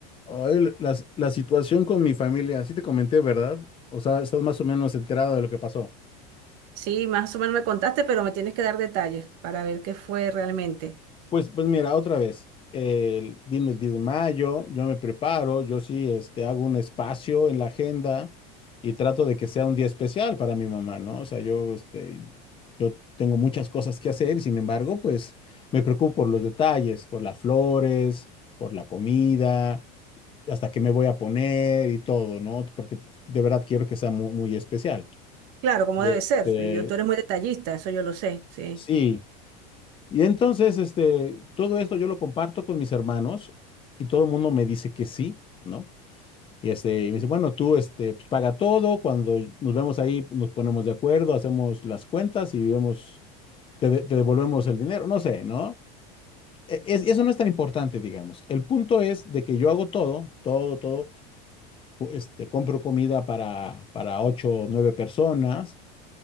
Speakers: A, on the left; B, on the right.
A: Ay, la, la situación con mi familia, sí te comenté, ¿verdad? O sea, estás más o menos enterado de lo que pasó.
B: Sí, más o menos me contaste, pero me tienes que dar detalles para ver qué fue realmente.
A: Pues, pues mira, otra vez, el- viene el 10 de mayo, yo me preparo, yo sí, este, hago un espacio en la agenda y trato de que sea un día especial para mi mamá, ¿no? O sea, yo, este, yo tengo muchas cosas que hacer y sin embargo, pues me preocupo por los detalles, por las flores, por la comida, hasta qué me voy a poner y todo, ¿no? Porque de verdad quiero que sea mu- muy especial.
B: Claro, como
A: Y
B: debe
A: este,
B: ser. Y yo, tú eres muy detallista, eso yo lo sé, sí.
A: sí. Y entonces, este, todo esto yo lo comparto con mis hermanos y todo el mundo me dice que sí, ¿no? Y este, y me dice, bueno, tú, este, pues paga todo, cuando nos vemos ahí, pues, nos ponemos de acuerdo, hacemos las cuentas y vemos, te, de- te devolvemos el dinero, no sé, ¿no? E- es- eso no es tan importante, digamos. El punto es de que yo hago todo, todo, todo, cu- este, compro comida para, para ocho o nueve personas